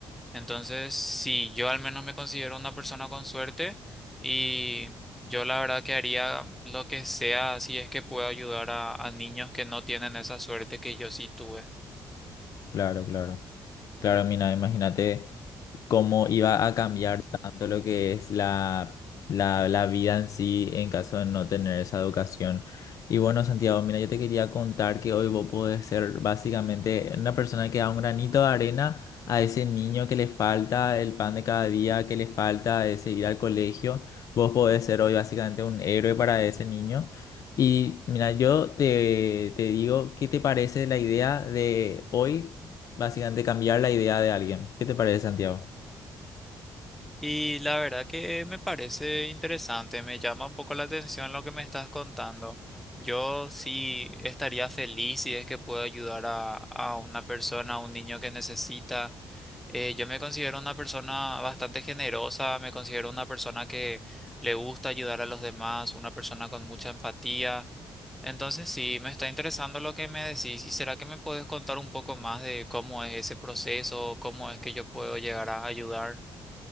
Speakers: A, in the centre; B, on the left.
A: Entonces, sí, yo al menos me considero una persona con suerte y yo la verdad que haría lo que sea si es que puedo ayudar a, a niños que no tienen esa suerte que yo sí tuve.
B: Claro, claro. Claro, mina, imagínate cómo iba a cambiar tanto lo que es la, la, la vida en sí en caso de no tener esa educación. Y bueno, Santiago, mira, yo te quería contar que hoy vos podés ser básicamente una persona que da un granito de arena a ese niño que le falta el pan de cada día, que le falta de seguir al colegio. Vos podés ser hoy básicamente un héroe para ese niño. Y mira, yo te, te digo, ¿qué te parece la idea de hoy? Básicamente cambiar la idea de alguien. ¿Qué te parece, Santiago?
A: Y la verdad que me parece interesante, me llama un poco la atención lo que me estás contando. Yo sí estaría feliz si es que puedo ayudar a, a una persona, a un niño que necesita. Eh, yo me considero una persona bastante generosa, me considero una persona que le gusta ayudar a los demás, una persona con mucha empatía. Entonces sí, me está interesando lo que me decís. ¿Y será que me puedes contar un poco más de cómo es ese proceso, cómo es que yo puedo llegar a ayudar?